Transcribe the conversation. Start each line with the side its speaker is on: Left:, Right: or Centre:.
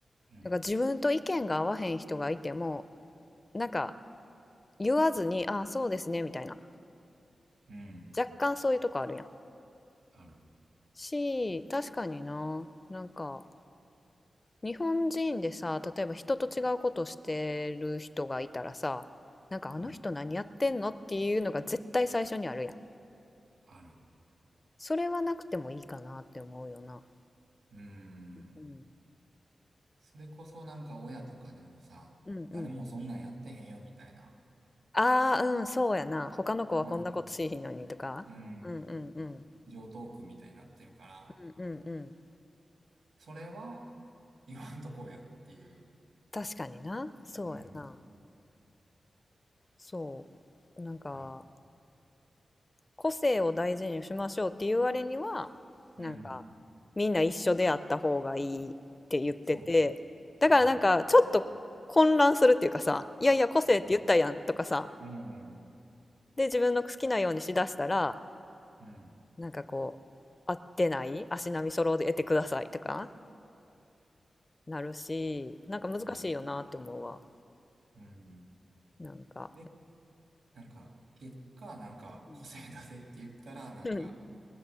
Right: うん、
Left: なんか自分と意見が合わへん人がいてもなんか言わずに「ああそうですね」みたいな
Right: うん、
Left: 若干そういうとこあるやん。
Right: ある。
Left: し確かにななんか日本人でさ例えば人と違うことしてる人がいたらさなんかあの人何やってんのっていうのが絶対最初にあるやん。
Right: うん、ある。
Left: それはなくてもいいかなって思うよな。
Right: うん。
Left: うん。
Right: それこそなんか親とかでもさ、
Left: うんうん。
Right: 誰もそんなんやってへんよみたいな、
Left: ああ、うん、そうやな。他の子はこんなことしいひんのにとか。
Right: まあなんねかうん、
Left: うんうんうん。
Right: 常套句みたいになってるから、
Left: うんうんうん。
Right: それは言わんとこうやっていう。
Left: 確かにな。そうやな。
Right: うん、
Left: そう。なんか、
Right: うん、
Left: 個性を大事にしましょうっていう割には、
Right: うん、
Left: なんか、みんな一緒であった方がいいって言ってて、
Right: そ
Left: だからなんか、
Right: う。うん。
Left: ちょっと混乱するっていうかさ、いやいや、個性って言ったやんとかさ、
Right: そうそう、うん、
Left: で、自分の好きなようにしだしたら、
Right: うん、うん。
Left: なんかこう、合ってない、足並み揃えてくださいとかなるし、なんか難しいよなって思うわ。
Right: うん、うん。
Left: なんか。
Right: でなんか、結果、なんか、
Left: うん。
Right: 個性出せって言ったら、なんか、
Left: <laughs>